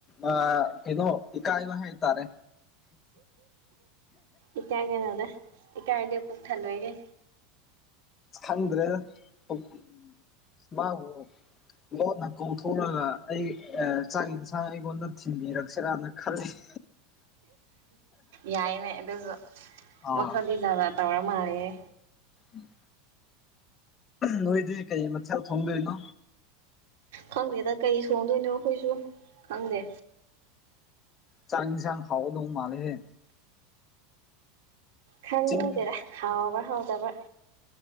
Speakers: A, on the left; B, on the right.
A: ꯑꯥ ꯀꯩꯅꯣ ꯏꯀꯥꯏꯕ ꯍꯥꯢ ꯇꯥꯔꯦ
B: ꯏꯀꯥꯏꯒꯦ ꯅꯗ ꯏꯀꯥꯏ ꯍꯥꯏꯗꯤ ꯄꯣꯛ ꯊꯜꯣꯏꯒꯦ
A: ꯈꯪ꯭ꯔꯦꯃꯕꯨ ꯂꯣꯟꯅ ꯀꯧꯊꯣꯛꯂꯒ ꯑꯩ ꯆꯥꯛ ꯌꯦꯟꯁꯥꯡ ꯑꯩꯉꯣꯟꯗ ꯊꯤꯟꯕꯤꯔꯛꯁꯤꯔꯥꯅ ꯈꯜꯂꯤ <inaudible>
B: ꯌꯥꯏꯅꯦ ꯑꯗꯨꯁꯨ
A: ꯑ
B: ꯃꯈꯜꯗꯤ ꯖꯥꯔꯥ ꯇꯧꯔ ꯃꯥꯂꯌꯦ
A: ꯎꯝ ꯅꯣꯏꯗꯤ ꯀꯩ ꯃꯊꯦꯜ ꯊꯣꯡꯗꯣꯏꯅꯣ
B: ꯈꯪꯗꯦꯗ ꯀꯩ ꯊꯣꯡꯗꯣꯏꯅꯣ ꯑꯩꯈꯣꯏꯁꯨ ꯈꯪꯗꯦ
A: ꯆꯥꯛ ꯏꯟꯁꯥꯡ ꯍꯥꯎꯒꯗꯧ ꯃꯥꯂꯦꯍꯦ
B: ꯈꯪꯗꯦꯗ
A: ꯆꯤꯡ
B: ꯍꯥꯎꯕ꯭ꯔ ꯍꯥꯎꯗꯕ